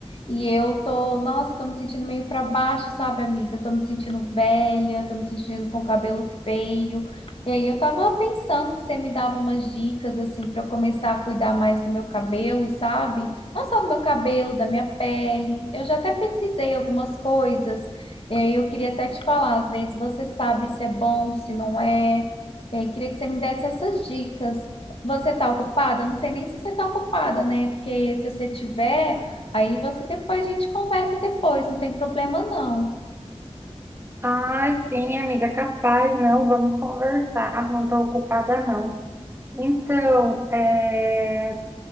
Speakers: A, on the left (about 55°); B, on the right (about 20°).
A: E eu tô, nossa, eu tô me sentindo meio pra baixo, sabe, amiga? Eu tô me sentindo velha, tô me sentindo com cabelo feio. E aí eu tava pensando se você me dava umas dicas assim para eu começar a cuidar mais do meu cabelo, sabe? Não só do meu cabelo, da minha pele. Eu já até pesquisei algumas coisas. E aí eu queria até te falar, às vezes você sabe se é bom, se não é. E aí queria que você me desse essas dicas. Você tá ocupada? Eu Não sei nem se você tá ocupada, né? Porque se você tiver, aí você depois a gente conversa depois, não tem problema não.
B: Ah, sim, amiga, capaz, não, vamos conversar, não tô ocupada, não. Então, é,